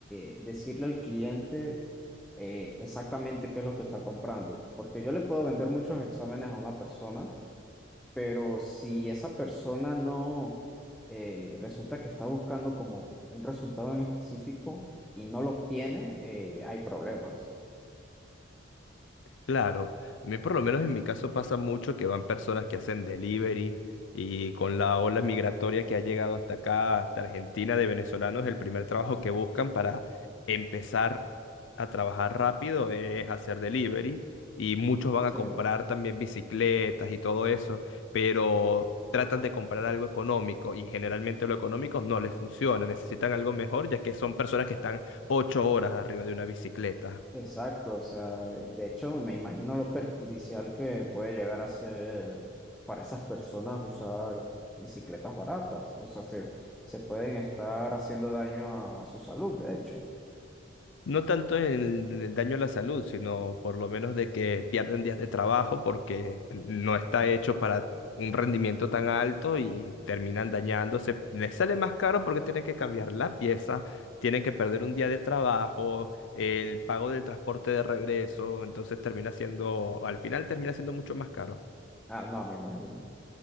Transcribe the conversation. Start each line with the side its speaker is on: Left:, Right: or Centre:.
Centre: eh, decirle al cliente eh, exactamente qué es lo que está comprando. Porque yo le puedo vender muchos exámenes a una persona pero si esa persona no eh, resulta que está buscando como un resultado en específico y no lo obtiene, eh, hay problemas.
Left: Claro, a mí por lo menos en mi caso pasa mucho que van personas que hacen delivery y con la ola migratoria que ha llegado hasta acá, hasta Argentina, de venezolanos, el primer trabajo que buscan para empezar a trabajar rápido es hacer delivery y muchos van
Centre: Sí,
Left: a comprar también bicicletas y todo eso, pero tratan de comprar algo económico y generalmente lo económico no les funciona, necesitan algo mejor ya que son personas que están ocho horas arriba de una bicicleta.
Centre: exacto. O sea, de hecho, me imagino lo perjudicial que puede llegar a ser para esas personas usar bicicletas baratas. O sea, se, se pueden estar haciendo daño a, su salud, de hecho.
Left: No tanto en el daño a la salud, sino por lo menos de que pierden días de trabajo porque no está hecho para un rendimiento tan alto y terminan dañándose. Les sale más caro porque tienen que cambiar la pieza, tienen que perder un día de trabajo, el pago del transporte de regreso, entonces termina siendo, al final termina siendo mucho más caro.
Centre: Ah, no, me imagino.